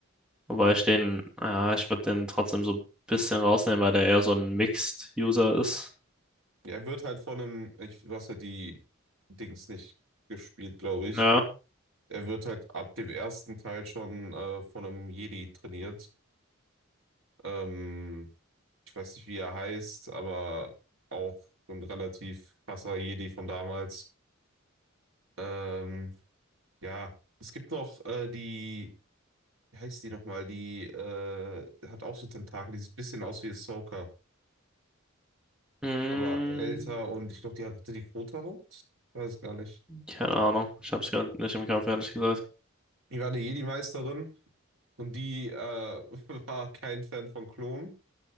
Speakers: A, in the centre; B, on the right.
A: Wobei ich den, ja, ich würde den trotzdem so ein bisschen rausnehmen, weil der eher so ein Mixed-User ist.
B: Ja, Er wird halt von einem, ich, du hast halt die Dings nicht gespielt, glaube ich.
A: Ja.
B: Er wird halt ab dem ersten Teil schon äh, von einem Jedi trainiert. Ähm, ich weiß nicht, wie er heißt, aber auch so ein relativ krasser Jedi von damals. Ähm, ja, es gibt noch äh, die. wie heißt die nochmal? Die äh, hat auch so Tentakel, die sieht ein bisschen aus wie Ahsoka,
A: Hm,
B: aber älter und ich glaube, die hatte die rote Haut? Weiß gar nicht.
A: keine Ahnung. Ich hab's gerade nicht im Kopf, ehrlich gesagt.
B: Die war eine Jedi-Meisterin und die äh, <laughs> war kein Fan von Klonen.